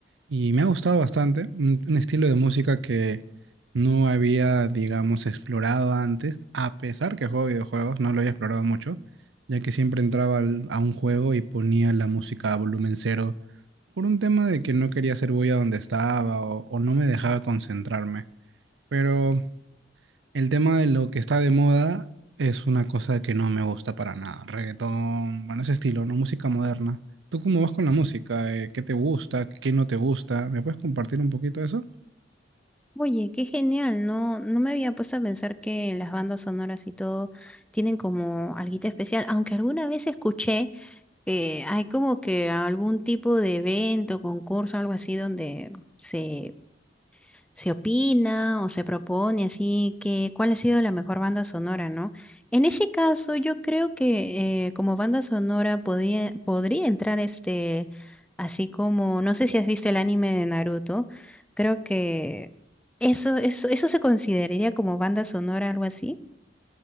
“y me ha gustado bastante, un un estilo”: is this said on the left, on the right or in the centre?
Right